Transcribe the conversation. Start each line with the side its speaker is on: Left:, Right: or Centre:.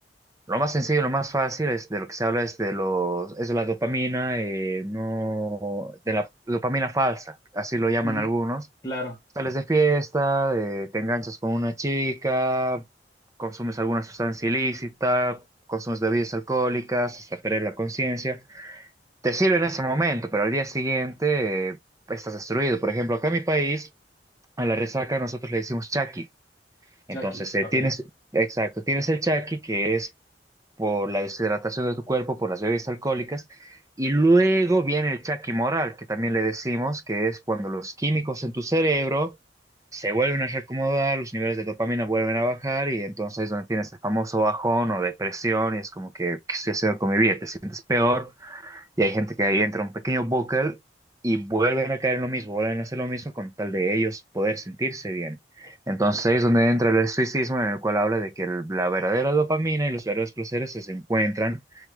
Right: Lo más sencillo, lo más fácil es de lo que se habla es de los, es de la dopamina, eh, no, de la dopamina falsa, así lo llaman
Left: Ujú,
Right: algunos
Left: Claro,
Right: Sales de fiesta, eh, te enganchas con una chica, consumes alguna sustancia ilícita, consumes bebidas alcohólicas hasta perder la conciencia. Te sirve en ese momento, pero al día siguiente eh, estás destruido. Por ejemplo, acá en mi país, a la resaca nosotros le decimos chaki. Entonces,
Left: Chucky,
Right: eh,
Left: ok.
Right: tienes, exacto, tienes el chaki, que es por la deshidratación de tu cuerpo, por las bebidas alcohólicas. Y luego viene el chaquimoral, que también le decimos, que es cuando los químicos en tu cerebro se vuelven a reacomodar, los niveles de dopamina vuelven a bajar y entonces es donde tienes el famoso bajón o depresión y es como que, ¿qué estoy haciendo con mi vida? Te sientes peor y hay gente que ahí entra un pequeño bucle y vuelven a caer en lo mismo, vuelven a hacer lo mismo con tal de ellos poder sentirse bien. Entonces ahí es donde entra el estoicismo en el cual habla de que el- la verdadera dopamina y los verdaderos placeres se encuentran